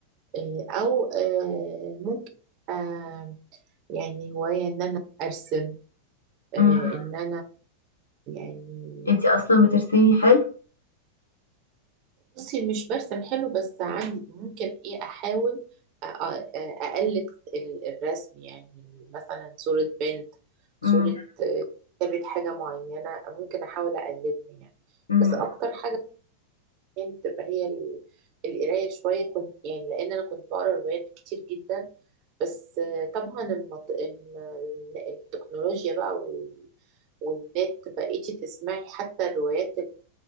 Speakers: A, on the right (about 40°); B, on the left (about 75°).
A: آه، أو آه، ممكن آه، يعني هواية إن أنا أرسم آه،
B: امم
A: إن أنا يعني
B: انتي اصلا بترسمي حلو
A: بصي مش برسم حلو بس عندي ممكن ايه احاول أ- أ- اقلد ال- الرسم يعني مثلا صورة بنت صورة
B: امم
A: آه، كتابة حاجة معينة ممكن احاول اقلدها يعني
B: امم
A: بس اكتر حاجة يعني بتبقى هي ال- القراية شوية كنت يعني لان انا كنت بقرا روايات كتير جدا بس آه، طبعا المط... الم- التكنولوجيا بقى وال... والنت بقيتي تسمعي حتى الروايات